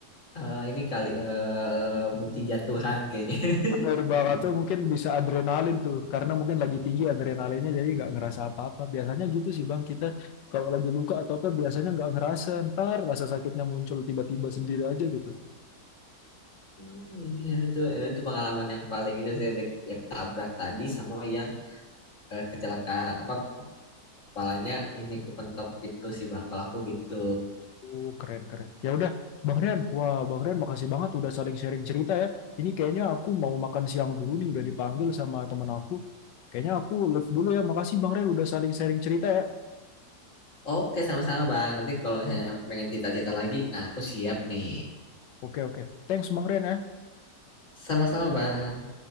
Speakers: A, on the left; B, on the left.
A: eh, ini kali eh bukti jatuhan kayaknya.
B: Bener
A: <laughs>
B: banget
A: Bukti jat-
B: tuh mungkin bisa adrenalin tuh karena mungkin lagi tinggi adrenalinnya jadi nggak ngerasa apa-apa. Biasanya gitu sih Bang kita kalau lagi luka atau apa biasanya nggak ngerasa ntar rasa sakitnya muncul tiba-tiba sendiri aja gitu.
A: Hmm, iya itu eh, itu pengalaman yang paling itu saya dek- yang ketabrak tadi sama yang eh, kecelakaan apa kepalanya ini kepentok pintu si bangkel aku gitu.
B: Uh keren keren. Ya udah Bang Rian, wah Bang Rian makasih banget udah saling sharing cerita ya. Ini kayaknya aku mau makan siang dulu nih udah dipanggil sama temen aku. Kayaknya aku live dulu ya. Makasih Bang Rian udah saling sharing cerita ya.
A: Oke, sama-sama Bang. Nanti kalau misalnya pengen cerita-cerita lagi, nah aku siap nih.
B: Oke oke. Thanks Bang Rian ya.
A: Sama-sama Bang.